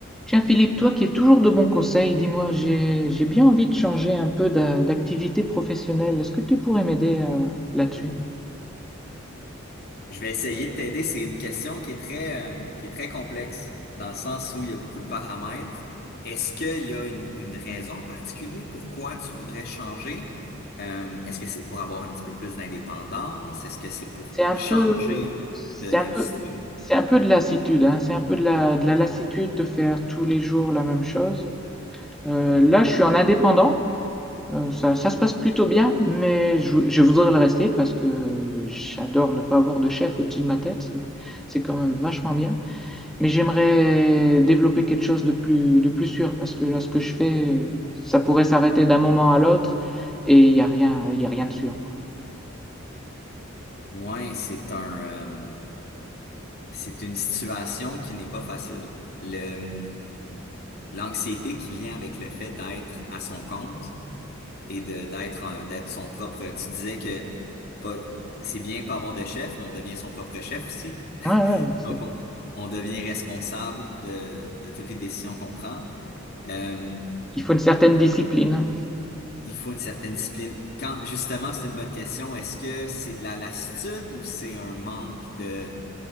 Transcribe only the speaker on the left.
Je vais essayer de t'aider. C'est une question qui est très, euh, qui est très complexe, dans le sens où il y a beaucoup de paramètres. Est-ce qu'il y a une, une raison en particulier pourquoi tu voudrais changer? Euh, est-ce que c'est pour avoir un petit peu plus d'indépendance? Est-ce que c'est pour
changer
de- d'industrie?
Ouais, c'est un, euh, c'est une situation qui n'est pas facile. Le, l'anxiété qui vient avec le fait d'être à son compte. et de d'être en- d'être son propre. Tu disais que pas, c'est bien pas avoir de chef, mais on devient son propre chef aussi.
Donc
on, on devient responsable de, de toutes les décisions qu'on prend. Euh,
il faut une certaine discipline. Quand justement, c'est une bonne question. Est-ce que c'est de la lassitude ou c'est un manque de